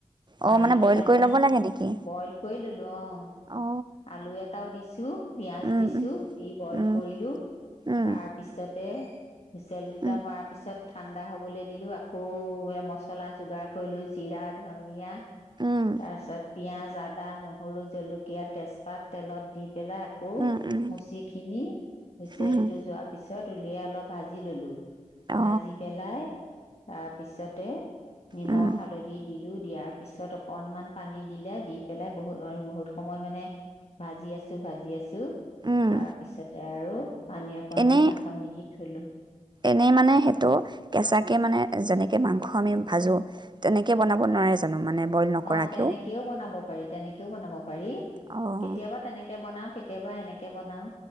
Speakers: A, on the left (about 55°); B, on the right (about 35°).
A: মাৰি
B: অ', মানে
A: পেলাই
B: বইল কৰি
A: তাত
B: ল'ব লাগে নেকি
A: বইল কৰি ললো অ,
B: অ
A: আ আলু এটাও দিছ -ছো পিয়াঁজ
B: উম
A: দিছো দি বইল
B: উম
A: কৰিলো
B: উম
A: তাৰ পিছত এ হুইচেল দুটা
B: উম
A: মৰাৰ পিছত ঠাণ্ডা হবলৈ দিলোঁ আকৌ মছলা যোগাৰ কৰিলো জীৰা, ধনিয়া
B: উম
A: তাৰপিছত পিয়াঁজ আদ া নহৰু জলকীয়া তেজ পাত তেলত দি পেলাই আকৌ
B: উম উম
A: মুচি খিনি হুইচেল
B: উম
A: টো যোৱাৰ পিছত পিছত উলিয়াই অলপ ভাজি ললোঁ
B: অ
A: ভাজি পেলাই তাৰপিছতে নিমখ,
B: উম
A: হালধি দিলো টো দিয়াৰ পিছত অ কনমান পানী দিলে দি পেলাই বহু বহুত সময় মানে ভাজি আছো ভাজি আছো ছো
B: উম
A: তাৰপিছতে আৰু পানী অকণ
B: এনেই
A: দি ঢাকোন নিদি ধুলোঁ
B: এনেই মানে সেইটো কেঁচাকে মানে যেনেকে মাংস আমি ভাজো তেনেকে বনাব নোৱাৰে জানো মানে বইল নকৰাকেও
A: অ, তেনেকেও বনাব পাৰি তেনেকে কেও বনাব পাৰি।
B: অ',
A: কেতিয়াবা তেনেকে বনাও কে তিয়াবা এনেকে বনাওঁ।